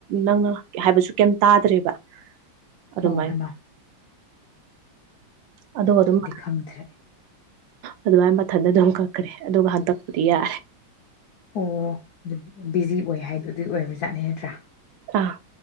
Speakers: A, on the right (about 75°); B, on the left (about 70°).
A: ꯅꯪꯅ ꯍꯥꯏꯕꯁꯨ ꯀꯩꯝ ꯇꯥꯗ꯭ꯔꯦꯕ ꯑꯗꯨꯃꯥꯏꯅ
B: ꯑꯣ ꯍꯦꯃꯥ
A: ꯑꯗꯨꯒ ꯑꯗꯨꯝ
B: ꯈꯪꯗ꯭ꯔꯦ
A: ꯑꯗꯨꯃꯥꯏ ꯃꯊꯟꯇ ꯑꯗꯨꯝ ꯀꯛꯈ꯭ꯔꯦ ꯑꯗꯨꯒ ꯍꯟꯗꯛ ꯔꯤꯌꯥ
B: ꯑꯣ ꯑꯗꯨ ꯕꯤꯖꯤ ꯑꯣꯏ ꯍꯥꯏꯗꯣ ꯑꯗꯨꯒꯤ ꯑꯣꯏꯔꯕꯖꯥꯠꯅꯦ ꯅꯠꯇ꯭ꯔꯥ
A: ꯑꯥ